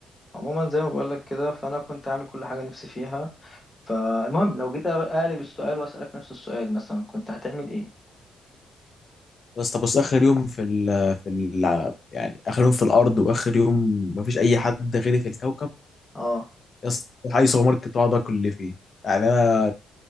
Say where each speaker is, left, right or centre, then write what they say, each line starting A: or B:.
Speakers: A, on the left (about 20°); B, on the left (about 45°).
A: عموما زي ما بقولك كده فانا كنت عامل كل حاجه نفسي فيها فالمهم لو جيت اقلب السؤال واسالك نفس السؤال مثلا كنت هتعمل ايه
B: بس طب بص اخر يوم في ال في ال يعني اخر يوم في الارض واخر يوم مفيش اي حد غيري في الكوكب
A: اه
B: يا اسطى أروح اي سوبر ماركت واقعد اكل اللي فيه يعني انا